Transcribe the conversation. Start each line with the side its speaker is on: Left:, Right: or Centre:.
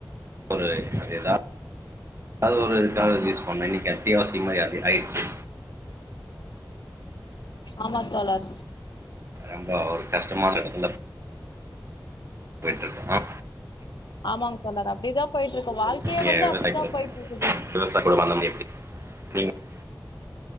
Right: ஒரு அது ஏதாவது ஒரு இதுக்காக யூஸ் பண்ணே கட்டியா ஆயி ஸ்லிமாயி அப்டி ஆயிடுச்சி
Left: ஆமா தோழர்
Right: ரொம்போ ஒரு கஷ்டமான எடத்துல போய்ட்டு இருக்கணு
Left: ஆமாங்க தோழர் அப்டிதா போயிட்டு இருக்கு வாழ்க்கையே
Right: நீங்கள்
Left: வந்து அப்டிதா
Right: விவசாய குடும்பம்
Left: போய்ட்டு இருக்குது
Right: விவசாய குடும்பம் அந்த மாதிரி எப்படி நீங்கள்